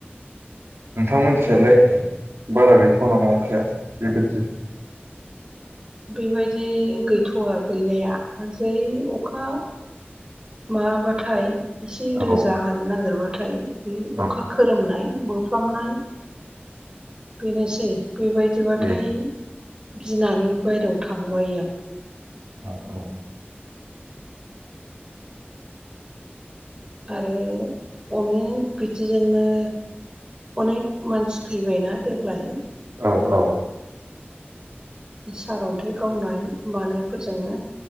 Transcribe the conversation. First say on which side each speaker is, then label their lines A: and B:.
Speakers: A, on the right (about 80°); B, on the right (about 20°).
A: नोंथांमोनथिंजालाय बारा गैथ'वा नामा अखाया बेबायदि?
B: बेबायदि गैथ'वा गैनाया जै अखा माबाबाथाय एसे रोजा
A: औ
B: हानो नागिरबाथाय बे
A: औ
B: अखा खोरोमनाय फ्लामनाय बेनोसै बेबायदिबाथाय
A: ए
B: गिनानै बायहेरायाव थांनो बायो आं।
A: औ औ।
B: आरो अनेक बिदिजोंनो अनेक मानसि थैबायना देग्लाय।
A: औ औ।
B: बि सारन्थाइ गावनाय मानायफोरजोंनो।